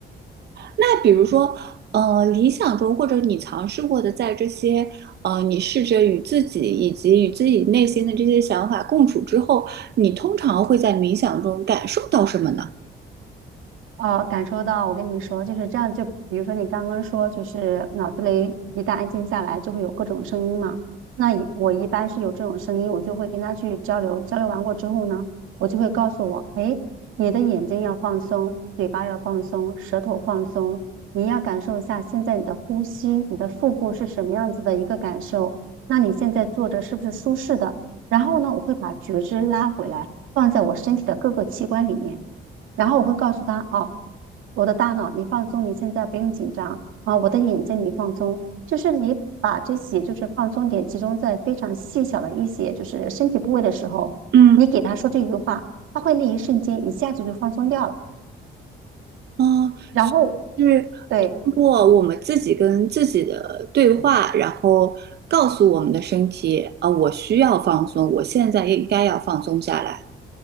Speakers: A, on the right; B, on the right.
A: 那比如说，呃，理想中或者你尝试过的，在这些呃，你试着与自己以及与自己内心的这些想法共处之后，你通常会在冥想中感受到什么呢？
B: 哦，感受到，我跟你说，就是这样。就比如说你刚刚说，就是脑子里一旦安静下来，就会有各种声音嘛。那一我一般是有这种声音，我就会跟他去交流。交流完过之后呢，我就会告诉我，诶，你的眼睛要放松，嘴巴要放松，舌头放松，你要感受一下现在你的呼吸，你的腹部是什么样子的一个感受。那你现在坐着是不是舒适的？然后呢，我会把觉知拉回来，放在我身体的各个器官里面。然后我会告诉他，哦，我的大脑你放松，你现在不用紧张啊，我的眼睛你放松，就是你把这些就是放松点集中在非常细小的一些就是身体部位的时候，
A: 嗯
B: 你给他说这句话，他会那一瞬间一下子就放松掉了。
A: 嗯、
B: 然后
A: 是
B: 对，
A: 通过我们自己跟自己的对话，然后告诉我们的身体，啊、我需要放松，我现在应该要放松下来。